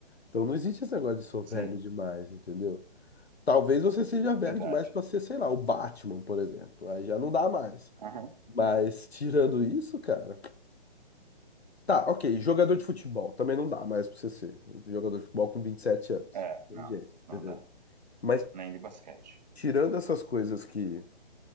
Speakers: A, on the left; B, on the right.
A: Então não existe esse negócio de sou velho
B: sim,
A: demais, entendeu? Talvez você seja velho
B: verdade.
A: demais para ser, sei lá, o Batman, por exemplo. Aí já não dá mais.
B: Aham.
A: Mas tirando isso, cara, Tá, ok. Jogador de futebol. Também não dá mais pra você ser jogador de futebol com 27 anos.
B: É,
A: Não
B: não,
A: Tem jeito, entendeu?
B: não dá.
A: Mas
B: Nem de basquete.
A: tirando essas coisas que,